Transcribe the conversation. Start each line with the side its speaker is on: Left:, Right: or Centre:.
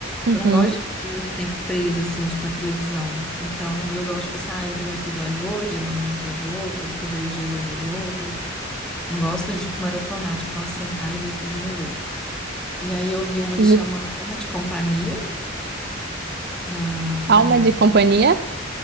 Right: Uhum.
Centre: que eu não gosto de ficar muito tempo presa, assim, tipo, na televisão. Então, eu gosto, tipo assim, ah, eu vi um episódio hoje, amanhã eu vejo outro, daqui dois dias eu vejo outro. Não gosto de, tipo, maratonar, tipo, não sentar e ver tudo de uma vez. E aí eu vi uma
Right: J-
Centre: que chama Dama de Companhia, na, que
Right: Alma
Centre: tá na Netflix.
Right: de Companhia?